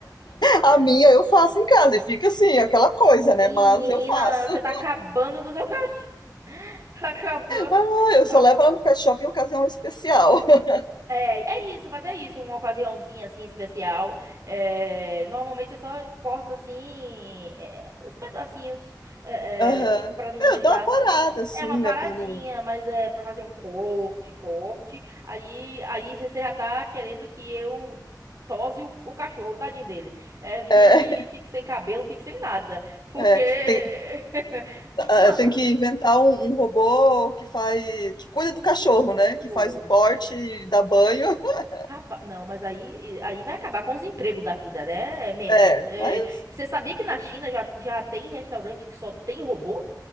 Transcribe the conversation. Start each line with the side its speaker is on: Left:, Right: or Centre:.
Left: A minha eu faço em casa e fica assim, aquela coisa,
Right: Menina,
Left: né? Mas eu faço.
Right: você tá acabando com o seu cachorro, <laughs> tá acabando.
Left: Ah, eu só
Right: Ah,
Left: levo ela no pet shop em ocasião especial. <laughs>
Right: É, é isso, mas é isso, uma ocasiãozinha assim especial. É, normalmente eu só corto assim é, os pedacinhos é,
Left: Aham.
Right: para não
Left: É,
Right: deixar
Left: Eu dou uma parada, assim,
Right: É uma paradinha,
Left: né? Pra não...
Right: mas é pra fazer um corte, corte. Aí, aí você já tá querendo que eu tose o, o cachorro, tadinho dele. É, fique,
Left: É,
Right: fique sem cabelo, fique sem nada. Porque.
Left: é.
Right: <laughs>
Left: Tem, ah,
Right: uma...
Left: tem que inventar um, um robô que faz, que cuida
Right: Uh,
Left: do cachorro, né? Que faz o corte, dá banho. <laughs>
Right: rapaz, não, mas aí, aí vai acabar com os empregos da vida, né? É Menos.
Left: É,
Right: É,
Left: mas
Right: você sabia que na China já, já tem restaurante que só tem robô?